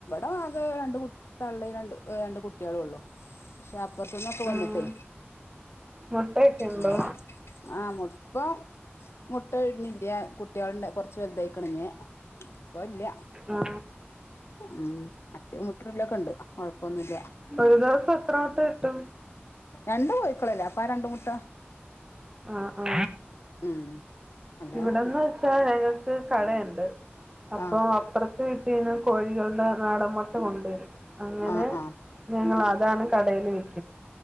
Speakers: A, on the left (about 75°); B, on the right (about 15°).
A: ആ അത് രണ്ട് കുട്ടി തള്ളി രണ്ട് രണ്ട് കുട്ടികള ഉള്ളൂ പക്ഷെ പുറത്തുന്നൊക്കെ വന്നിട്ടേ
B: ഉം. മുട്ടയൊക്കെ ഉണ്ടോ
A: ഉ ആ മുപ്പം മുട്ട ഇഴുന്നില്ല കുട്ടികളന്റെ കൊറച്ച്ു വലുതയിക്കണിഞ് അപ്പ ഇല്ല
B: ആ
A: ഉം അറ്റ മുട്ടല്ലൊക്കെ ഉണ്ട് കുഴപ്പൊന്നുമില്ല
B: ഒരു ദിവസം എത്ര മൊട്ട കിട്ടും
A: എന്താ കോ യിക്കോളല്ലേ അപ്പാ രണ്ട മുുട്ട
B: ആ ആ
A: ഉം അല്ലാണ്ടില്ല
B: ഇവിടെന്ന് വെച്ചാൽ ക്ക് കടുണ്ട് അപ്പൊ
A: ആഹ്
B: അപ്പറം ഇട്ട കട്ടിന്ന് കോഴികളുടെ നാടൻമൊട്ട കൊണ്ടുവരും അങ്ങനെ
A: ആഹ് ആഹ്
B: ഞങ്ങൾ അതാണ് കടയി ൽ